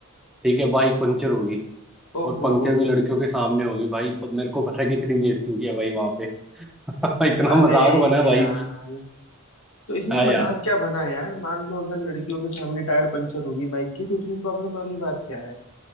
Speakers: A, in the centre; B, on the left.
A: ठीक है बाइक
B: तो क्या
A: पंचर होगी
B: ओ
A: और
B: हो
A: पंचर
B: हो
A: भी लड़कियों के सामने होगी भाई प- मेरे को पता है कितनी बेइज्जती हुई है भाई वहां पे <laughs> इतना
B: अरे
A: मजाक बना है भाई
B: यार तो इसमें
A: हाँ
B: मजाक
A: यार
B: क्या बना है यार मान लो अगर लड़कियों के सामने टायर पंचर होगी बाइक की तो उसमें प्रॉब्लम वाली बात क्या है